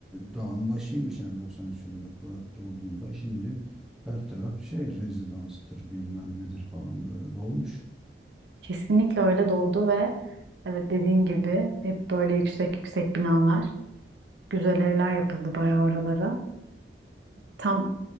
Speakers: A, in the centre; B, on the right.
A: dağın başıymış yani 93 yılında kı- kurulduğunda şimdi her taraf şey rezidanstır bilmem nedir falan böyle dolmuş.
B: Kesinlikle öyle doldu ve evet dediğin gibi hep böyle yüksek yüksek binalar, güzel evler yapıldı bayağı oralara. Tam